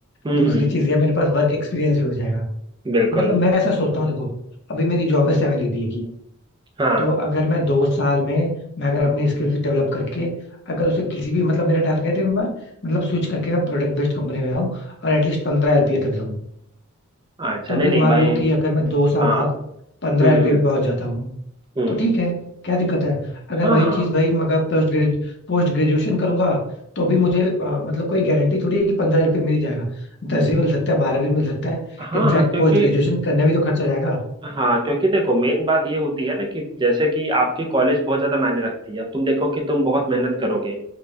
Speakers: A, on the right; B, on the left.
A: हम्म
B: दूसरी
A: हम्म
B: चीज ये मेरे पास वर्क एक्सपीरियंस भी हो जाएगा
A: बिल्कुल
B: मतलब मैं ऐसा सोचता हूँ देखो अभी मेरी जॉब है सेवन एलपीए की
A: हाँ
B: तो अगर मैं दो साल में मैं अगर अपनी स्किल्स डेवलप करके अगर उसे किसी भी मतलब मेरा टारगेट है मैं मतलब स्विच करके मैं प्रोडक्ट बेस्ड कंपनी में आऊँ और एटलीस्ट पंद्रह एलपीए तक जाऊँ
A: अच्छा
B: तो
A: नहीं
B: अगर
A: नहीं
B: मान
A: भाई
B: लो कि अगर मैं दो साल
A: हाँ
B: बाद पंद्रह
A: हम्म हम्म
B: एलपीए पे पहुंच जाता हूँ
A: हम्म
B: तो ठीक है क्या दिक्कत है अगर
A: हाँ
B: वही
A: हाँ
B: चीज भाई मगर पोस्ट ग्रेज पोस्ट ग्रेजुएशन करूंगा तो भी मुझे अ, मतलब कोई गारंटी थोड़ी है कि पंद्रह एलपीए मिल ही जाएगा दस भी मिल सकता है बारह भी मिल सकता है
A: हाँ
B: इनफैक्ट
A: हाँ क्योंकि
B: पोस्ट ग्रेजुएशन करने भी तो खर्चा जाएगा
A: हाँ क्योंकि देखो मेन बात ये होती है ना कि जैसे कि आपकी कॉलेज बहुत ज्यादा मायने रखती है अब तुम देखो कि तुम बहुत मेहनत करोगे